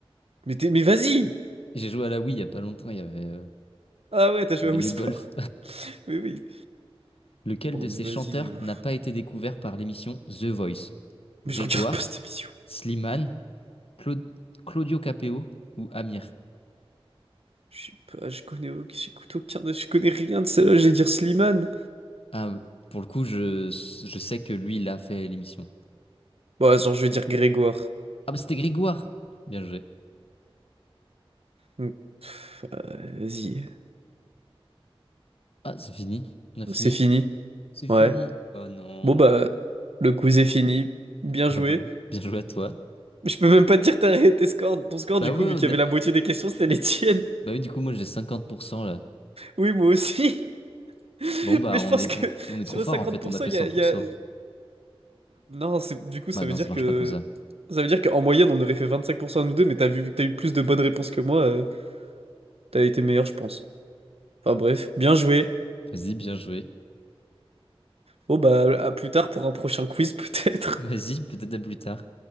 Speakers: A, on the right (about 75°); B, on the left (about 70°).
A: Mais, t'es- mais vas-y!
B: J'ai joué à la Wii il y a pas longtemps, il y avait, euh,
A: Ah ouais, t'as joué
B: il y avait
A: à Wii
B: le
A: Sport.
B: golf.
A: <laughs> Oui, oui.
B: <laughs> Lequel
A: Oh,
B: de
A: mais
B: ces
A: vas-y.
B: chanteurs
A: euh.
B: n'a pas été découvert par l'émission The Voice?
A: Mais
B: Grégoire,
A: je regarde pas cette émission.
B: Slimane, Clau- Claudio Capeo ou Amir?
A: Je sais pas, je connais, au- j'écoute aucun, de- je connais rien de celle-là, je vais dire Slimane.
B: Ah, pour le coup, je, je sais que lui, il a fait l'émission.
A: Bon, attends, je vais dire Grégoire.
B: Ah, mais c'était Grégoire! Bien joué.
A: Hmm. Pff, euh, vas-y,
B: Ah, c'est fini. On a fini.
A: c'est fini.
B: C'est
A: Ouais.
B: fini. Oh non.
A: Bon, bah,
B: <laughs>
A: le quiz est fini. Bien
B: Bah
A: joué.
B: voilà. Bien joué à toi.
A: Mais Je peux même pas te dire t'as ré- tes scores, ton score
B: Bah
A: du
B: ouais,
A: coup, vu
B: on
A: qu'il y avait
B: a-
A: la moitié des questions, c'était les tiennes. <laughs>
B: bah oui, du coup, moi j'ai 50% là.
A: Oui, moi aussi. <laughs>
B: Bon bah
A: Mais je
B: on
A: pense
B: est
A: que
B: on, on est
A: sur
B: trop
A: les
B: fort
A: 50%,
B: en fait, on a fait
A: il
B: cent
A: y a, il
B: pour
A: y a-
B: cent.
A: Non, c'est- du coup, ça
B: Bah non,
A: veut dire
B: ça marche
A: que...
B: pas comme ça.
A: Ça veut dire qu'en moyenne, on aurait fait 25% à nous deux, mais t'as vu, vu que t'as eu plus de bonnes réponses que moi, euh, t'as été meilleur, je pense. Enfin bref, bien joué.
B: Vas-y, bien joué.
A: Bon bah, à plus tard pour un prochain quiz <laughs> peut-être.
B: Vas-y, peut-être à plus tard.